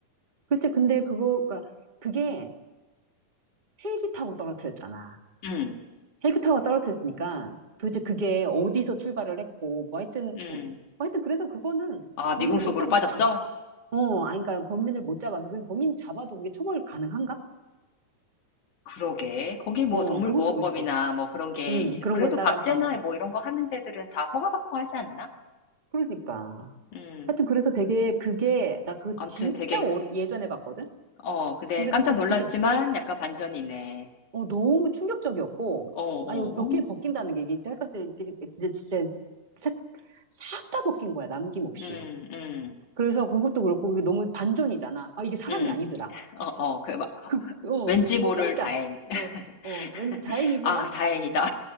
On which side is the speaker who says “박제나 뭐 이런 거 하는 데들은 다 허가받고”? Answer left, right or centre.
Left